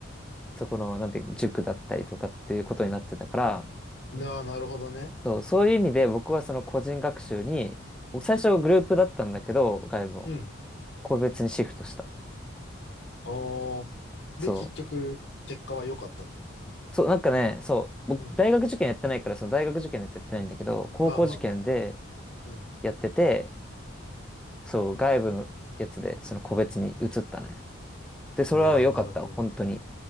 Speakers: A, in the centre; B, on the left.
A: そこの、なんていう、塾だったりとかっていうことになってたから、
B: うん。ああ、なるほどね。
A: そう、そういう意味で僕はその個人学習に、僕最初グループだったんだけど、外部も、
B: うん。
A: 個別にシフトした。
B: おー。で、
A: そう。
B: 結局、結果は良かったと。
A: そう、なんかね、そう、
B: うん。
A: 僕、大学受験やってないから、その大学受験のやつやってないんだけど、高校受験で
B: まあまあまあ。うん。
A: やってて、そう、外部のやつで、その個別に移ったね。で、それは良かった。
B: うわー、なるほどね。
A: 本当に。